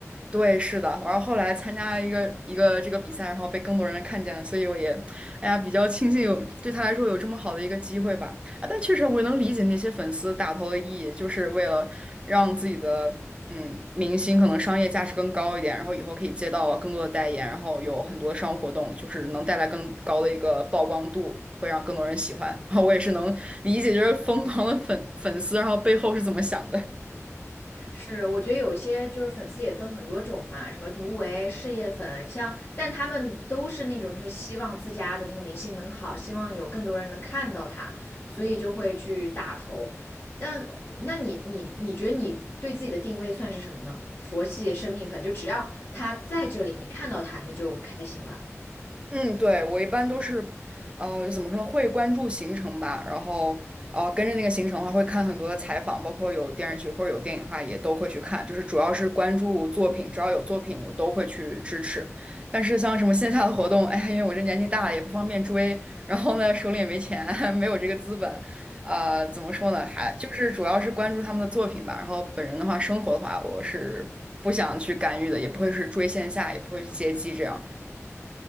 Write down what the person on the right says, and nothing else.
对，是的，然后后来参加一个一个这个比赛，然后被更多人看见了，所以我也，哎呀，比较庆幸有对他来说有这么好的一个机会吧。啊，但确实我也能理解那些粉丝打投的意义，就是为了让自己的嗯明星可能商业价值更高一点，然后以后可以接到更多的代言，然后有很多商务活动，就是能带来更高的一个曝光度，会让更多人喜欢。<laughs> 然后我也是能理解，就是疯狂的粉粉丝，然后背后是怎么想的。
嗯，对，我一般都是，呃，怎么说呢，会关注行程吧，然后，呃，跟着那个行程的话，会看很多的采访，包括有电视剧或者有电影的话，也都会去看，就是主要是关注作品，只要有作品，我都会去支持。但是像什么线下的活动，哎呀，因为我这年纪大了，也不方便追，然后呢，手里也没钱，<laughs> 没有这个资本，呃，怎么说呢，还就是主要是关注他们的作品吧。然后本人的话，生活的话，我是不想去干预的，也不会是追线下，也不会去接机这样。